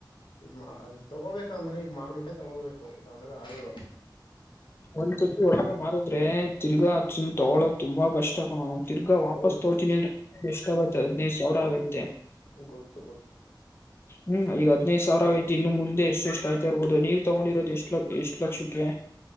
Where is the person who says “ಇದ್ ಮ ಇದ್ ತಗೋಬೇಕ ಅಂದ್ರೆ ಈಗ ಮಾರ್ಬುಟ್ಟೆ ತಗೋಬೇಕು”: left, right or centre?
Left